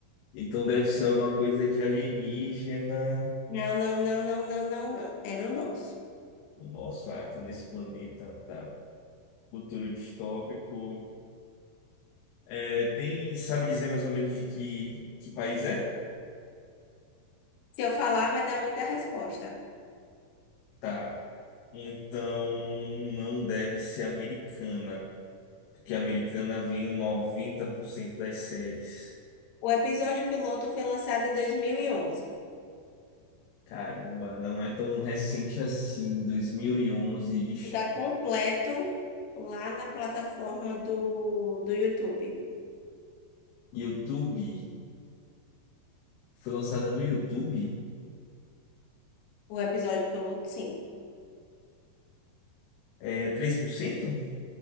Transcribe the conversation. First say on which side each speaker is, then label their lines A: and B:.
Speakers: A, on the left; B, on the left.
A: Então deve ser alguma coisa de alienígena.
B: Não, não, não, não, não, não, não. É no nosso.
A: Nossa, ah, então nesse planeta, tá. Futuro distópico. É, tem, sabe dizer mais ou menos de que, que país é?
B: Se eu falar, vai dar muita resposta.
A: Tá. Então não deve ser americana. Porque a americana vem em 90% das séries.
B: O episódio piloto foi lançado em 2011.
A: Caramba, não é tão recente assim. dois mil e onze de
B: Está completo lá na plataforma do, do YouTube.
A: YouTube. Foi lançada no YouTube?
B: O episódio piloto, sim,
A: É 3%?